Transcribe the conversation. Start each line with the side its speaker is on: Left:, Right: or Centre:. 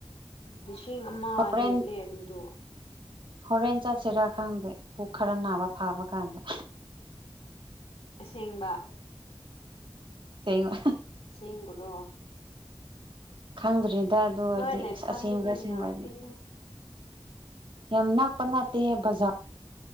Left: ꯂꯤꯁꯤꯡ ꯑꯃ
Right: ꯍꯣꯔꯦꯟ
Left: ꯍꯦꯜꯂꯦ ꯑꯗꯨꯗꯣ
Right: ꯍꯣꯔꯦꯟ ꯆꯠꯁꯤꯔꯥ ꯈꯪꯗꯦ ꯄꯨꯛ ꯈꯔ ꯅꯥꯕ ꯐꯥꯕ ꯀꯥꯟꯗ
Left: ꯑꯁꯦꯡꯕ
Right: ꯁꯦꯡꯕ
Left: ꯁꯦꯡꯕꯨꯔꯣ
Right: ꯈꯪꯗ꯭ꯔꯤꯗ ꯑꯗꯨꯗꯤ
Left: ꯎ ꯅꯣꯏ ꯂꯩꯐꯝꯥꯝꯗꯨꯗꯤ
Right: ꯑꯁꯦꯡꯕ꯭ꯔꯥ ꯑꯁꯦꯡꯕ꯭ꯔꯗꯤ
Left: ꯅꯥꯞꯄꯤꯅ
Right: ꯌꯥꯝ ꯅꯅꯥ ꯄꯅꯥꯦ ꯍ ꯖ